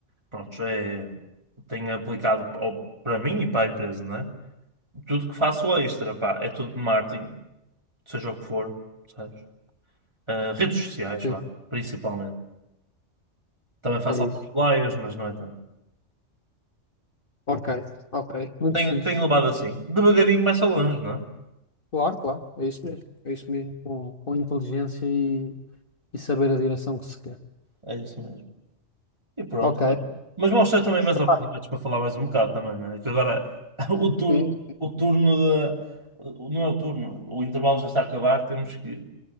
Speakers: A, on the right; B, on the left.
A: pronto, é, tenho aplicado ao- para mim e para a empresa, né? Tudo que faço extra, pá, é tudo de marketing, seja o que for, sabes? Eh, redes sociais,
B: Sim,
A: vá, principalmente. Também faço
B: é
A: alguns
B: isso.
A: flyers, mas não é tanto.
B: Ok, ok, muito
A: Tenho,
B: fixe.
A: tenho levado assim. Devagarinho vai só longe, não é?
B: Claro, claro, é isso mesmo. É isso mesmo, com, com inteligência e, e saber a direção que se quer.
A: É isso mesmo. E pronto.
B: Ok.
A: Mas mostra também mais
B: Epá,
A: oportunidades para falar mais um bocado também, não é? Que agora <laughs> o turno,
B: sim,
A: o turno da. Não é o turno, o intervalo já está a acabar, temos que,